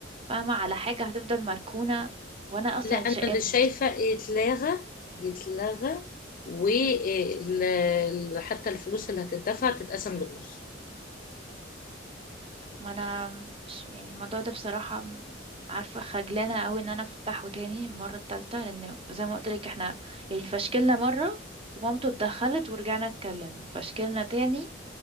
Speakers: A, on the right; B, on the left.
A: فاهمه على حاجه هتفضل مركونه وانا اصلا
B: لا انا
A: اتشائمت
B: اللي شايفه يتلغى يتلغى وحتى الفلوس اللي هتدفع تتقسم بالنص
A: ما انا مش يعني الموضوع ده بصراحة م- عارفة خجلانة قوي ان انا افتحه تاني المرة التالتة لان زي ما قلت لك احنا يعني فشكلنا مرة ومامته اتدخلت ورجعنا اتكلمنا فشكلنا تاني